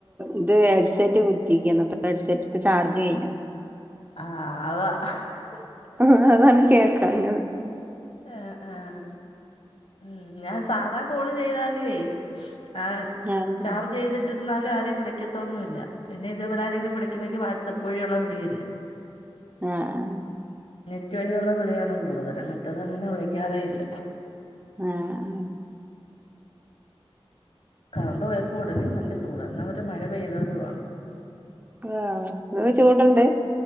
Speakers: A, on the right; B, on the left.
A: ഇത് ഹെഡ്സെറ്റ് കുത്തിക്ക്‌ന്ന് ഹെഡ്സെറ്റ് ചാർജ് കഴഞ്ഞു
B: ആഹ് അതാ <unintelligible>
A: ആ അതാണ് കേക്കാഞ്ഞത്
B: ആ ആഹ ഉ ഞാൻ സാധാ കോള് ചെയ്താലുവേ ആ
A: ആഹ്
B: ചാർജ് ചെയ്തിട്ട് ന്നാലുംആരെയും വിളിക്കതോന്നുല്ല പിന്നെ ഇതുപോലെരെങ്കിലും വിളിക്കുന്നെങ്കി വാട്സപ്പ് വഴിയുള്ള വിളിയനെ
A: ആഹ
B: ചറ്റ വഴിയുള്ള വിളിയാണ് കൂടുതല മറ്റത് അങ്ങനെ വിളിക്കാറല്ല
A: ആഹ
B: കറണ്ട് പോയപ്പോ ഉടനെ നല്ല ചൂട എന്നാ അവര് മഴ പെയ്തതുണം
A: ആഹ് ങ്ങാഹ് ചൂട്ണ്ട്